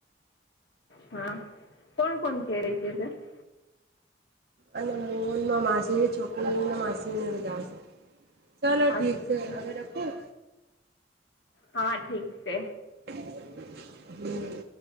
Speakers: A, on the left; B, on the right.
A: હા. કોણ-કોણ <unintelligible>
B: અને મોહનમાં માસીની છોકરી ને માસીને બધા આવશે. ચાલો ઠીક
A: અચ્છા
B: છે. હવે રખું?
A: હા ઠીક છે.
B: હમ્મ.